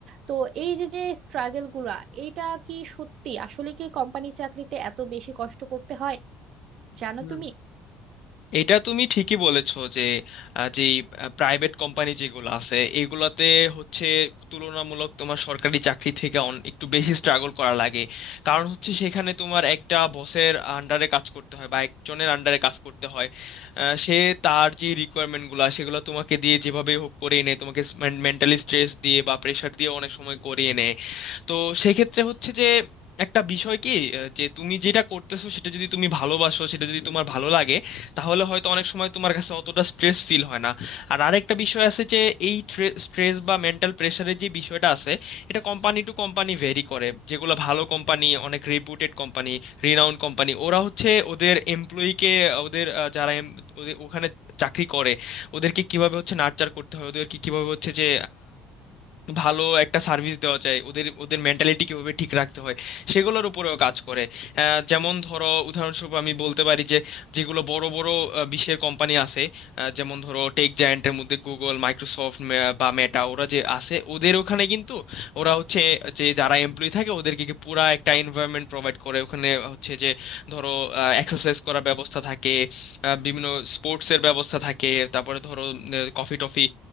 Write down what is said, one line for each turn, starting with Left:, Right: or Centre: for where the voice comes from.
Right: তো এই যে যে স্ট্রাগেলগুলো এইটা কি সত্যি আসলে কি কোম্পানির চাকরিতে এত বেশি কষ্ট করতে হয় জানো
Left: হুম
Right: তুমি
Left: এটা তুমি ঠিকই বলেছো যে আহ, যে প্রাইভেট কোম্পানি যেগুলো আছে এগুলাতে হচ্ছে তুলনামূলক তোমার সরকারি চাকরি থেকে অন একটু বেশি স্ট্রাগল করা লাগে কারণ হচ্ছে সেখানে তোমার একটা বসের আন্ডারে কাজ করতে হয় বা একজনের আন্ডারে কাজ করতে হয় আহ, সে তার যে রিকোয়ারমেন্টগুলো সেগুলো তোমাকে দিয়ে যেভাবে হোক করিয়ে নেয় তোমাকে মেন্টালি স্ট্রেস দিয়ে বা প্রেশার দিয়ে অনেক সময় করিয়ে নেয় তো সেক্ষেত্রে হচ্ছে যে একটা বিষয় কি আহ, যে তুমি যেটা করতেছো সেটা যদি তুমি ভালোবাসো সেটা যদি তোমার ভালো লাগে তাহলে হয়তো অনেক সময় তোমার কাছে অতটা স্ট্রেস ফিল হয় না আর আরেকটা বিষয় আছে যে এই স্ট্রেস বা মেন্টাল প্রেশারের যে বিষয়টা আছে এটা কোম্পানি টু কোম্পানি ভেরি করে যেগুলো ভালো কোম্পানি অনেক রেপুটেড কোম্পানি রিনাউন্ড কোম্পানি ওরা হচ্ছে ওদের এমপ্লয়িকে ওদের আহ, যারা em- ওদের ওখানে চাকরি করে ওদেরকে কিভাবে হচ্ছে নার্চার করতে হয় ওদেরকে কিভাবে হচ্ছে যে ভালো একটা সার্ভিস দেওয়া যায় ওদের ওদের মেন্টালিটি কিভাবে ঠিক রাখতে হয় সেগুলোর উপরেও কাজ করে আহ, যেমন ধরো উদাহরণস্বরূপ আমি বলতে পারি যে যেগুলো বড় বড় আহ, বিশ্বের কোম্পানি আছে আহ, যেমন ধরো টেক জায়ান্টের মধ্যে গুগল মাইক্রোসফট বা মেটা ওরা যে আছে ওদের ওখানে কিন্তু ওরা হচ্ছে যে যারা এমপ্লয়ি থাকে ওদেরকে কি পুরা একটা এনভায়রনমেন্ট প্রোভাইড করে ওখানে হচ্ছে যে ধরো এক্সারসাইজ করার ব্যবস্থা থাকে আহ, বিভিন্ন স্পোর্টসের ব্যবস্থা থাকে তারপরে ধরো কফি টফি